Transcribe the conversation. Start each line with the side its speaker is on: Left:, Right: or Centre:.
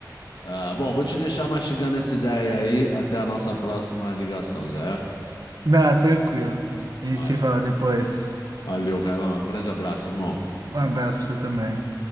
Left: Ah, bom, vou te deixar mastigando essa ideia aí. Até a nossa próxima ligação, já é?
Right: Não, tranquilo. E
Left: Valeu.
Right: se fala depois.
Left: Valeu, Carlão. Um grande abraço, irmão.
Right: Um abraço para você também.